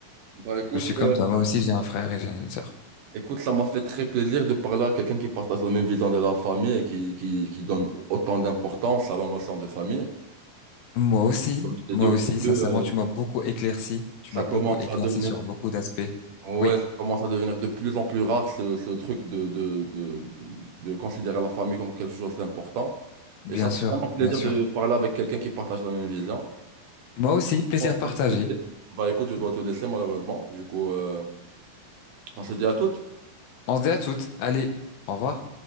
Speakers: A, on the right; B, on the left.
A: Bah, écoute,
B: je suis comme
A: euh,
B: toi. Moi aussi, j'ai un frère et j'ai une sœur.
A: écoute, ça m'a fait très plaisir de parler à quelqu'un qui partage la même vision de la famille et qui, qui, qui donne autant d'importance à la notion de famille.
B: Moi aussi,
A: Comme je t'ai
B: moi
A: dit au
B: aussi,
A: début,
B: sincèrement,
A: euh,
B: tu m'as beaucoup éclairci. Tu
A: ça
B: m'as
A: commence
B: beaucoup éclairci
A: à devenir
B: sur beaucoup d'aspects.
A: Ouais,
B: Oui,
A: ça commence à devenir de plus en plus rare ce, ce truc de, de, de, de considérer la famille comme quelque chose d'important.
B: bien
A: Et ça fait
B: sûr,
A: vraiment plaisir
B: bien sûr.
A: de parler avec quelqu'un qui partage la même vision.
B: Moi aussi, plaisir
A: Bon, je
B: partagé.
A: dois te laisser. Bah écoute, je dois te laisser malheureusement. Du coup, euh, on se dit à toutes.
B: On se dit à toutes. Allez, au revoir.